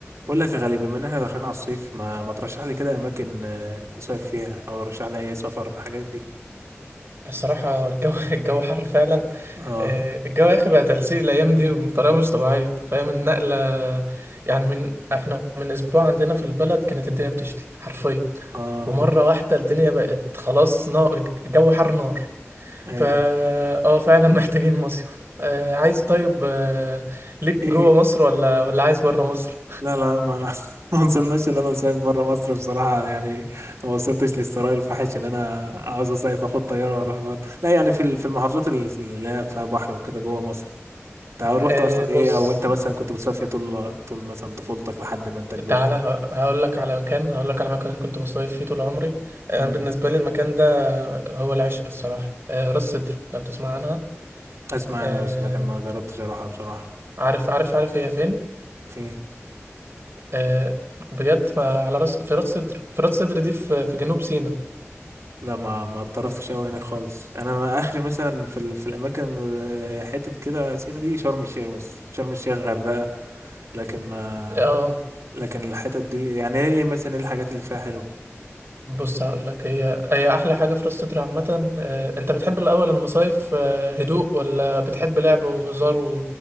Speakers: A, on the right; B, on the right.
A: بقول لك يا غالي بما ان احنا داخلين على الصيف ما, ما ترشح لي كده اماكن آه، نصيف فيها او رشح لي اي سفر الحاجات دي
B: الصراحة الجو <laughs> الجو حر فعلا
A: اه
B: آه، الجو يا أخي بقى تلزيق الأيام دي بطريقة مش طبيعية فاهم النقلة يعني من احنا من أسبوع عندنا في البلد كانت الدنيا بتشتي حرفيا
A: اه
B: ومرة واحدة الدنيا بقت خلاص نار الجو حر نار
A: ايوه
B: فا اه فعلا <laughs> محتاجين مصيف آه، عايز طيب آه، ليك
A: ايه
B: جوه مصر ولا ولا عايز بره مصر؟
A: لا لا ما <laughs> ما وصلناش ان انا اصيف بره مصر بصراحه يعني ما وصلتش للثراء الفاحش اللي انا عاوز اصيف اخد طياره واروح بره لا يعني في ال- في المحافظات اللي اللي هي فيها بحر وكده جوه مصر
B: <laughs>
A: انت
B: آه،
A: رحت اصلا
B: بص
A: ايه او انت مثلا كنت بتصيف إيه طول طول مثلا طفولتك لحد ما انت كبرت
B: تعالى ه- هقول لك على مكان هقول لك على مكان كنت بصيف فيه طول عمري انا
A: امم
B: بالنسبه لي المكان ده هو العشق الصراحه آه، راس سدر لو تسمع عنها
A: اسمع
B: آه،
A: انا بس لكن ما جربتش اروحها بصراحه
B: عارف عارف عارف هي فين
A: في
B: آه، بجد ما على راس في راس سدر في راس سدر دي في في جنوب سيناء
A: لا ما ما اتطرفتش قوي هناك خالص انا ما اخري مثلا في ال... في الاماكن آه، حتت كده سينا دي شرم الشيخ بس شرم الشيخ غردقة لكن ما
B: اه
A: لكن الحتت دي يعني ايه مثلا ايه الحاجات اللي فيها حلوه
B: بص هقول لك هي هي احلى حاجه في راس سدر عامه آه، انت بتحب الاول المصايف آه، هدوء ولا بتحب لعب وهزار و...